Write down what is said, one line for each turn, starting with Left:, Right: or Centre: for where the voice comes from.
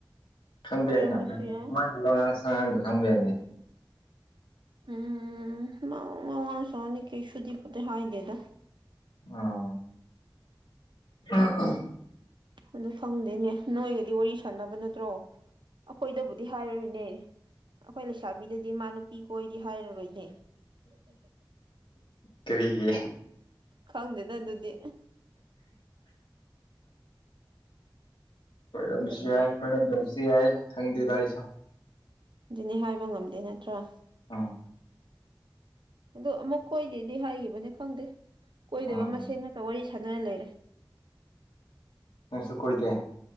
Left: ꯈꯪꯕ
Right: ꯀꯣꯏꯔꯝꯕꯁꯨ
Left: ꯌꯥꯏꯅ
Right: ꯌꯥꯏ
Left: ꯃꯒꯤ ꯋꯥꯉꯥꯡ ꯁꯉꯥꯡꯗ ꯈꯪꯕ ꯌꯥꯏꯅꯦ
Right: ꯎꯝ ꯋꯥꯉꯥꯡ ꯗꯤ ꯀꯩꯁꯨꯕꯨꯗꯤ ꯍꯥꯏꯗꯦꯗ
Left: ꯑꯣ ꯑ
Right: ꯑꯗꯨ ꯈꯪꯗꯦꯅꯦ ꯅꯣꯏꯒꯗꯤ ꯋꯥꯔꯤ ꯁꯥꯟꯅꯕ ꯅꯠꯇ꯭ꯔꯣ ꯑꯩꯈꯣꯏꯗꯕꯨꯗꯤ ꯍꯥꯏꯔꯣꯏꯅꯦ ꯑꯩꯈꯣꯏ ꯂꯩꯁꯥꯕꯤꯗꯗꯤ ꯃꯥ ꯅꯨꯄꯤ ꯀꯣꯏꯗꯤ ꯍꯥꯏꯔꯔꯣꯏꯅꯦ
Left: ꯀꯔꯤꯒꯤ
Right: ꯈꯪꯗꯦꯗ ꯑꯗꯨꯗꯤ
Left: ꯄꯔꯝꯕꯁꯤ
Right: ꯀꯔꯤꯔꯣ
Left: ꯍꯥꯏ ꯄ ꯁꯤ ꯌꯥꯏ ꯁꯪꯗꯤꯤꯗꯥꯏꯁ
Right: ꯑꯗꯨꯅꯦ ꯍꯥꯏꯕ ꯉꯝꯗꯦ ꯅꯠꯇ꯭ꯔꯥ
Left: ꯑꯥ
Right: ꯑ ꯑꯃꯨꯛ ꯀꯣꯏꯗꯦꯗꯤ ꯍꯥꯏꯈꯤꯕꯅꯤ ꯈꯪꯗꯦ ꯀꯣꯏꯗꯕ
Left: ꯎꯝ
Right: ꯃꯁꯤꯡꯁꯦꯟ ꯉꯥꯛꯇ ꯋꯥꯔꯤ ꯈꯅ ꯂꯩꯔꯦ
Left: ꯅꯁꯨꯨ ꯀꯣꯏꯗꯦ